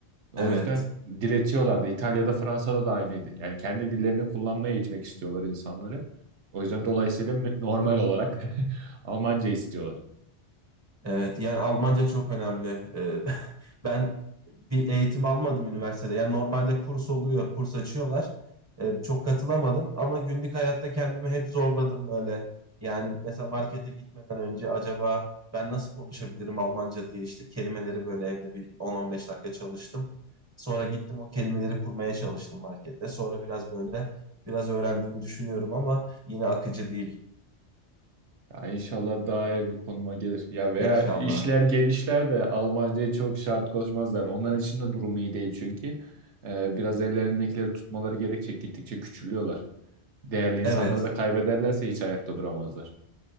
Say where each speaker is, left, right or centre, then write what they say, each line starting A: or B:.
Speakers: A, on the right (about 85°); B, on the right (about 20°).
A: O
B: Evet.
A: yüzden diretiyorlardı. İtalya'da, Fransa'da da aynıydı. Yani kendi dillerini kullanmaya eğitmek istiyorlar insanları. O yüzden dolayısıyla normal olarak <laughs> Almanca istiyorlar.
B: Evet, yani Almanca çok önemli. Ee, <laughs> ben bir eğitim almadım üniversitede. Yani normalde kurs oluyor, kurs açıyorlar. Ee, çok katılamadım ama günlük hayatta kendimi hep zorladım böyle. Yani mesela markete gitmeden önce acaba ben nasıl konuşabilirim Almanca diye işte kelimeleri böyle evde bir 10-15 dakika çalıştım. Sonra gittim o kelimeleri kurmaya çalıştım markette. Sonra biraz böyle biraz öğrendiğimi düşünüyorum ama yine akıcı değil
A: Ya inşallah daha iyi bir konuma gelir. Ya veya
B: inşallah.
A: işler genişler de Almanca'ya çok şart koşmazlar. Onların için de durum iyi değil çünkü. Ee, biraz ellerindekileri tutmaları gerekecek. Gittikçe küçülüyorlar. Değerli insanları
B: Evet.
A: da kaybederlerse hiç ayakta duramazlar.